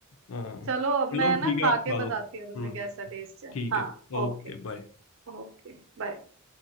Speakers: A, on the left; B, on the right.
A: हाँ
B: चलो अब
A: चलो
B: मैं ना
A: ठीक है
B: खा
A: आप खा
B: के
A: लो
B: बताती हूँ तुम्हें
A: हम्म
B: कैसा टेस्ट है
A: ठीक
B: हाँ
A: है Okay
B: ओके
A: bye
B: Okay bye